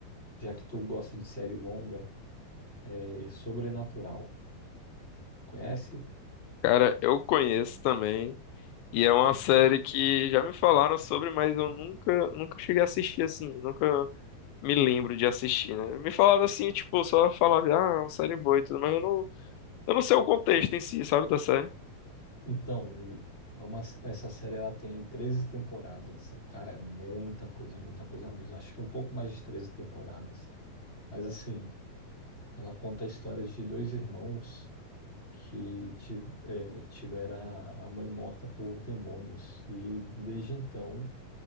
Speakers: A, on the left (about 15°); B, on the left (about 80°).
A: já que tu gosta de série longa, é Sobrenatural. Conhece?
B: Cara, eu conheço também. E é uma série que já me falaram sobre, mas eu nunca, nunca cheguei a assistir assim. Nunca me lembro de assistir, né? Me falaram assim, tipo, só falavam, ah, é uma série boa e tudo, mas eu não, eu não sei o contexto em si, sabe, da série.
A: Então, o- é uma, essa série ela tem 13 temporadas. Cara, é muita coisa, muita coisa mesmo. Acho que um pouco mais de 13 temporadas. Mas assim, ela conta a história de dois irmãos. que ti- eh, tivera a mãe morta por demônios. E desde então,